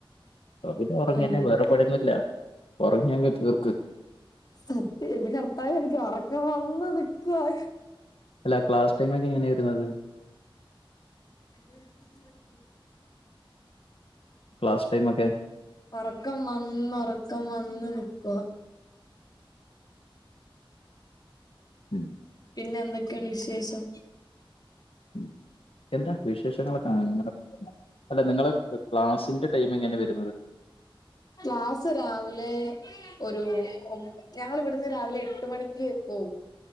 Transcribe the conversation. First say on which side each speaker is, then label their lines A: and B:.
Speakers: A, on the left (about 85°); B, on the left (about 45°).
A: അതി ഉറങ്ങിന്നെ
B: കിടന്ന്
A: വേറെ പണിയോന്നില്ല ഉറങ്ങെങ്കി തീർക്ക്
B: സത്യം എന്റെ കർത്താവ് എനിക്ക് ഉറക്കൻ വന്ന നിക്കവാ
A: അല്ല ക്ലാസ് ടൈം ഒക്കെ എങ്ങനെയ വരുന്നത്
B: <unintelligible> <inaudible>
A: ക്ലാസ് ടൈം ഒക്കെ
B: ഉറക്കം വന്ന് ഉറക്കം വന്ന് നിക്കുവ
A: ഉം
B: പിന്നെ എന്തൊക്കെയാണ് വിശേഷം
A: ഉം എന്താ വിശേഷങ്ങളൊക്കെ അങ്ങനെ അല്ല നിങ്ങള് ക്ലാസ്സിന്റെ ടൈം എങ്ങന വരുന്നത്
B: ക്ലാസ്സ് രാവിലെ ഒരു ഞങ്ങ ഇവിടുന്ന് രാവിലെ എട്ട് മണിക്ക് പോവും